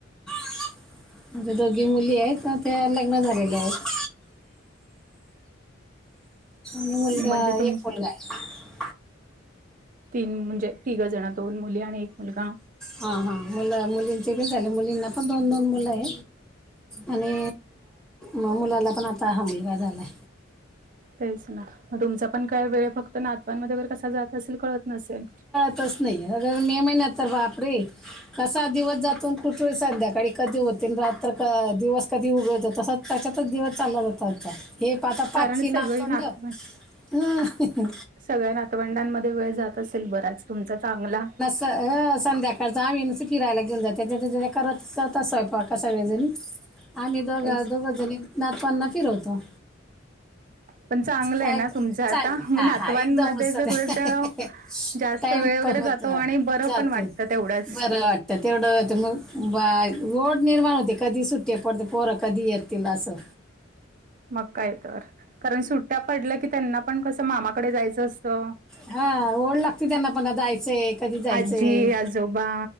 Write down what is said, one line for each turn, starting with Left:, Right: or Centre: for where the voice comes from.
Centre: <inaudible> दोघी मुली आहेत त्या लग्न झालेल्या आहेत. मुलगा
Right: म्हणजे तुम
Centre: एक मुलगा आहे.
Right: तीन म्हणजे तिघं जण दोन मुली आणि एक मुलगा
Centre: हा हां मुलं मुलींचे बी झाले मुलींना पण दोन दोन मुलं आहे. आणि म मुलाला पण आता हा मुलगा झालाय.
Right: तेच ना मग तुमचा पण काय वेळ फक्त नातवांमध्येर कसा जात असेल कळत नसेल.
Centre: तच नाही अगर मे महिन्यात तर वापरे कसा दिवस जात कुठे संध्याकाळी कधी होतील रात्र दिवस कधी उघडत तसं त्याच्यातच दिवस चालला जातं आता हे पाता पाचची
Right: कारण
Centre: नाथंड
Right: सगळी नातवं
Centre: ह.
Right: सगळ्या नातवंडांमध्ये वेळ जात असेल बराच तुमचा चांगला
Centre: संध्याकाळचा आम्ही फिरायला घेऊन जात त्याच्या करत जात स्वयंपा क स वळेजण आम्ही दोघा
Right: तेच
Centre: दोघ जणी नातपांना फिरवतो.
Right: पण चांगलं
Centre: काय
Right: आहे ना
Centre: का
Right: तुमचं आता
Centre: चांगलं
Right: मग
Centre: हा
Right: नातवांमध्ये
Centre: हा एकदमस्तत
Right: जर
Centre: आहे.
Right: उलट जास्त
Centre: टाइम
Right: वेळ
Centre: <inaudible>
Right: वगैरे जातो आणि बरं
Centre: जातय
Right: पण वाटतं तेवढंच
Centre: बरं वाटत. तेवढंग बा रोड निर्माण होते कधी सुट्टे पडते पोरं कधी येतील असं.
Right: मकायऐतवर कारण सुट्ट्या पडल्या की त्यांना पण कसं मामाकडे जायचं असतं.
Centre: हा ओढ लागते त्यांना पण जायचंय कधी जायचंय.
Right: आजी आजोबा